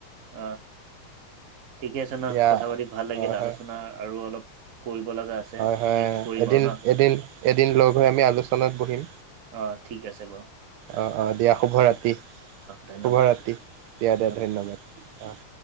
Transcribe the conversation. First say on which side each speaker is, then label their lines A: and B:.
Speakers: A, on the right (about 55°); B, on the right (about 80°).
A: অ ঠিকে আছে ন
B: দিয়া
A: কথা পাতি ভাল লাগিল
B: হয় হয়
A: আলোচনা আৰু অলপ কৰিব লগা আছে
B: হয়
A: এ
B: হয়
A: কৰিম
B: এদিন
A: আৰু ন।
B: এদিন এদিন লগ হৈ আমি আলোচনাত বহিম
A: অ ঠিক আছে বাৰ
B: অঁ অঁ দিয়া শুভ ৰাতি
A: ধন্যবাদ
B: শুভ ৰাতি। দিয়া-
A: ধন্যবাদ
B: দিয়া ধন্যবাদ অঁ।